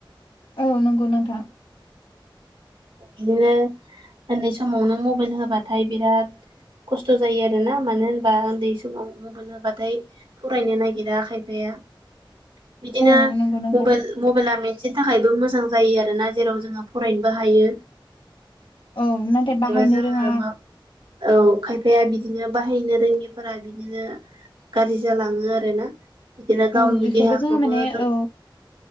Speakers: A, on the left; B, on the right.
A: औ नंगौ नोंथां।
B: इदिनो ओन्दै समावनो मबेइल होबाथाय बिराद खस्थ' जायो आरो। <unintelligible> ना मानो होनबा उन्दै समाव मबेइल होबाथाय फरायनो नागिरा खायफाया। <inaudible> बिदिनो
A: औ नंगौ नोंथां
B: मबेइल मबाइला मोनसेनि थाखायबो मोजां जायो आरोना जेराव जोंहा फरायनो। बो हायो।
A: औ नाथाय बाहायनो
B: एबा जोङो
A: रोङा।
B: मा औ खायफाया बिदिनो बाहायनो रोङिफोरा बिदिनो। गाज्रि जालाङो आरो ना बिदिनो गावनि
A: औ बेखौबो
B: देहाखौबो
A: जोङो माने
B: दुर
A: औ